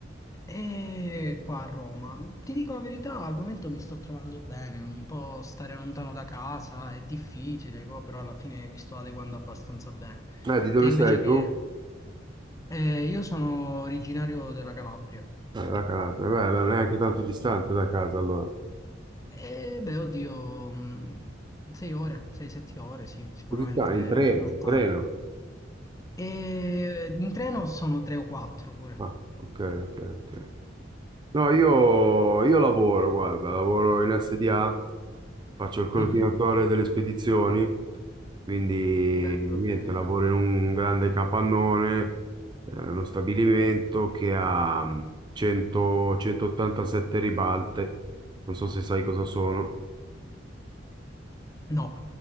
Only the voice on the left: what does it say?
e qua a Roma. Ti dico la verità, al momento mi sto trovando bene, un po' stare lontano da casa è difficile, co- però alla fine mi sto adeguando abbastanza bene.
Te invece
che...
eh, io sono originario della Calabria
e beh, oddio, mh, sei ore, sei, sette ore, sì, sicuramente
eh, non
è tanto.
E in treno sono tre o quattro pure.
Mhm.
Bello,
ho capito.
No,